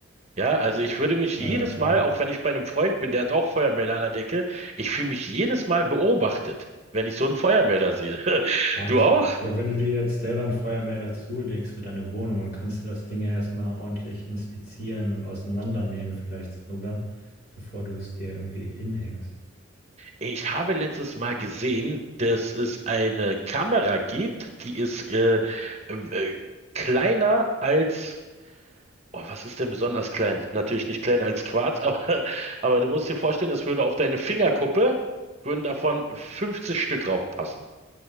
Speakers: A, on the right; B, on the left.
A: Ja, also ich würde mich jedes
B: Naja, klar.
A: Mal, auch wenn ich bei einem Freund bin, der hat auch Feuermelder an der Decke, ich fühle mich jedes Mal beobachtet, wenn ich so einen Feuermelder sehe. <laughs>
B: Wahnsinn.
A: Du auch?
B: Aber wenn du dir jetzt selber einen Feuermelder zulegst für deine Wohnung, dann kannst du das Ding ja erstmal ordentlich inspizieren und auseinandernehmen, vielleicht sogar, bevor du es dir irgendwie hinhängst.
A: Ich habe letztes Mal gesehen, dass es eine Kamera gibt, die ist äh, äh, kleiner als, oh, was ist denn besonders klein? Natürlich nicht kleiner als Quarz, <laughs> aber, aber du musst dir vorstellen, es würde auf deine Fingerkuppe, würden davon 50 Stück raufpassen.